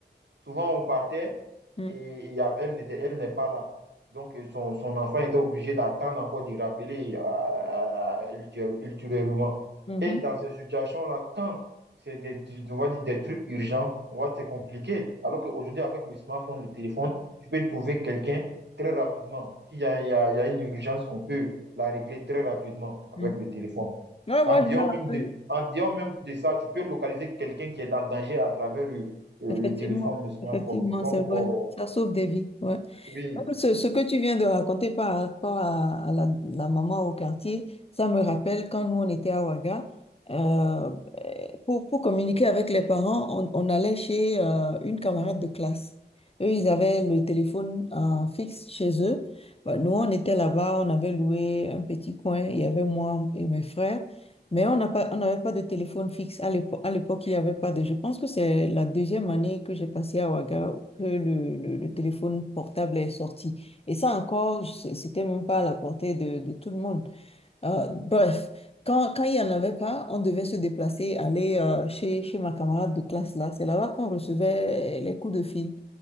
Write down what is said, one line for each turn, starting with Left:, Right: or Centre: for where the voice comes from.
Right: Souvent, on partait
Left: Mhm.
Right: et il y a- elle n'était, elle n'est pas là. Donc, euh, son, son enfant était obligé d'attendre encore de rappeler euh, euh, ultérie- ultérieurement.
Left: Mhm,
Right: Et dans ces situations-là, quand c'est des, tu- on va dire des trucs urgents, on va dire c'est compliqué. Alors qu'aujourd'hui, avec le smartphone, le téléphone, tu peux trouver quelqu'un très rapidement. S'il y a, il y a- il y a une urgence, on peut la régler très rapidement avec
Left: mhm.
Right: le téléphone.
Left: Ouais,
Right: En
Left: moi,
Right: disant
Left: je me rappelle.
Right: même de, en disant même de ça, tu peux localiser quelqu'un qui est en danger à travers le, euh,
Left: Effectivement,
Right: le téléphone, le smartphone.
Left: effectivement,
Right: Donc,
Left: c'est vrai.
Right: euh,
Left: Ça sauve des vies. Ouais.
Right: oui,
Left: Même Ce, ce que tu viens de raconter par rapport à, à la, la maman au quartier, ça me rappelle quand nous, on était à Ouaga. euh, pour, pour communiquer avec les parents, on, on allait chez euh, une camarade de classe. Eux, ils avaient le téléphone euh, fixe chez eux. Bah, nous, on était là-bas, on avait loué un petit coin. Il y avait moi et mes frères. Mais on n'a pas, on n'avait pas de téléphone fixe. À l'époque, à l'époque, il n'y avait pas de. Je pense que c'est la deuxième année que j'ai passé à Ouaga que le, le- le téléphone portable est sorti. Et ça encore, c- c'était même pas à la portée de, de tout le monde. Euh, bref, quand, quand il n'y en avait pas, on devait se déplacer, aller euh, chez, chez ma camarade de classe là. C'est là-bas qu'on recevait les coups de fil.